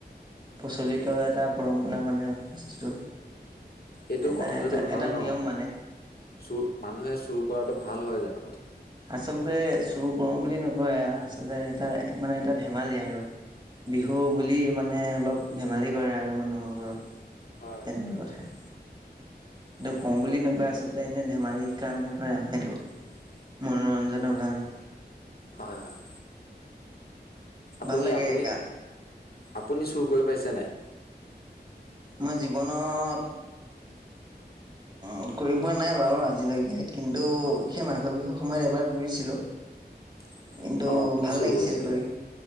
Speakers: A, on the right; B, on the left.
A: প্ৰচলিত এটা পৰম্পৰা মানে বস্তুটো।
B: এইটো
A: এটা
B: কথাটোতো
A: এটা
B: ভাল
A: এটা
B: নহয়,
A: নিয়ম মানে
B: চুৰ মানুহে চুৰ কৰাটো ভাল হয় জানো কথাটো?
A: আচলতে চুৰ কৰো বুলি নকৰে আচলতে এটা মানে এটা ধেমালি আৰু। বিহু বুলি মানে অলপ ধেমালি কৰে আৰু মানুহৰ ঘৰত
B: হয় হয়
A: তেনেকুৱা কথা। সেটো কওঁ বুলি নকয় আচলতে এনে ধেমালিৰ কাৰণে কৰে আৰু সেইটো। মনোৰঞ্জনৰ কাৰণে।
B: হয় হয় আপুনি
A: ভালাগেকা।
B: আপুনি আপুনি চুৰ কৰি পাইছে নে নাই?
A: মই জীৱনত
B: <inaudible>
A: উ কৰি পোৱা নাই বাৰু আজিলৈকে কিন্তু সেই মাঘৰ বিহুৰ সময়ত এবাৰ কৰিছিলো।
B: <inaudible>
A: কিন্তু
B: অ কি
A: ভাল
B: চুৰ
A: লাগিছিল
B: কৰিছিলে
A: কৰি।